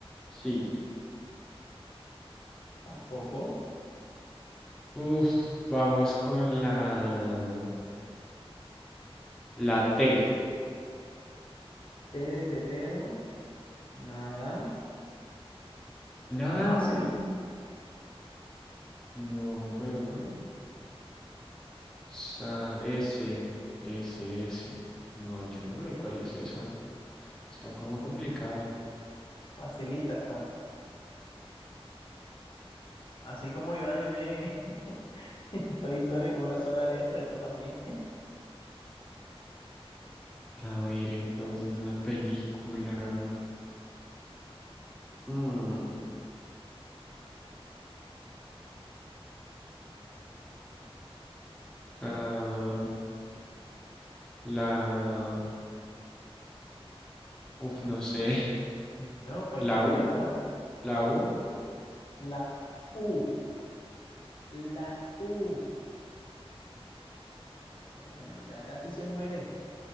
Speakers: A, in the centre; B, on the left (about 55°).
A: sí.
B: tampoco.
A: Uf, vamos con la, la T.
B: T de tetero, nada.
A: Nah,
B: Está fácil.
A: no, no, pero no. Sa- S, S, S. No, yo no sé cuál es esa. Está como complicada.
B: Facilita está. Así como yo adiviné <laughs> Toy Story con una sola letra, esta también.
A: A ver, entonces una película. Mm. Sa- La, uf, no sé,
B: No,
A: <laughs>
B: cualquier
A: la U,
B: letra.
A: la U.
B: La U, la U. Ay, este man ya casi se muere.